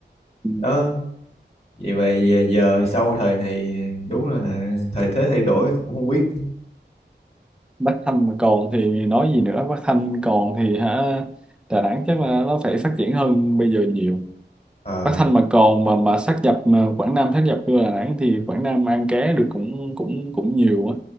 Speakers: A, in the centre; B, on the left (about 30°).
A: ừ,
B: đó vậy mà à, giờ sau thời này đúng là thời thế thay đổi cũng không biết
A: Bắc Thanh mà còn thì nói gì nữa Bắc Thanh còn thì hả Đà Nẵng chắc là nó phải phát triển hơn bây giờ nhiều
B: Ờ,
A: Bắc Thanh mà còn mà mà sát nhập mà Quảng Nam sát nhập vô Đà Nẵng thì Quảng Nam ăn ké được cũng cũng cũng nhiều á